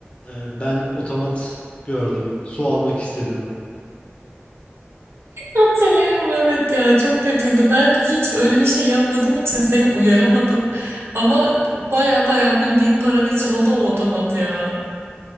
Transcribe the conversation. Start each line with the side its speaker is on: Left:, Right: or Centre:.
Left: e, ben otomat gördüm su almak istedim.
Right: Hatırlıyorum evet ya çok kötüydü. Ben hiç öyle bir şey yapmadığım için seni uyaramadım. Ama baya baya bildiğin paranı çaldı o otomat ya.